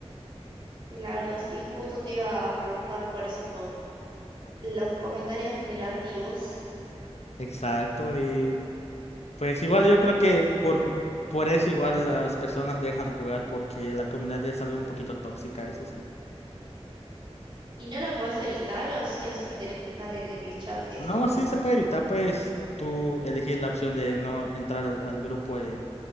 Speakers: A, on the right; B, on the left.
A: Claro, sí, justo te iba a preguntar por eso, por los comentarios negativos
B: Exacto, y pues igual yo creo que por, por eso igual las personas dejan de jugar porque la comunidad es algo un poquito tóxica, eso sí.
A: y no lo podés evitar o sí o sí tenés que estar en el chat. Es,
B: No, sí se puede evitar, pues tú elegir la opción de no entrar al, al grupo de,